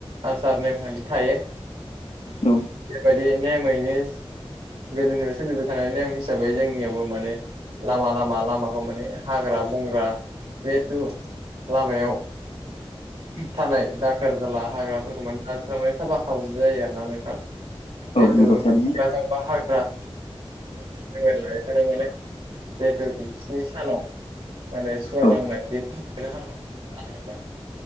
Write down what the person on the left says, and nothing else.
औ
औ नंगौ थारैनो
औ